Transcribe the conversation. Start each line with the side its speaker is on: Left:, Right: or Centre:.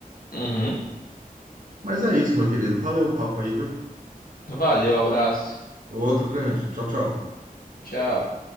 Left: Uhum.
Right: Mas é isso, meu querido. Valeu o papo aí, viu?
Left: Valeu, abraço.
Right: Outro grande. Tchau, tchau.
Left: Tchau.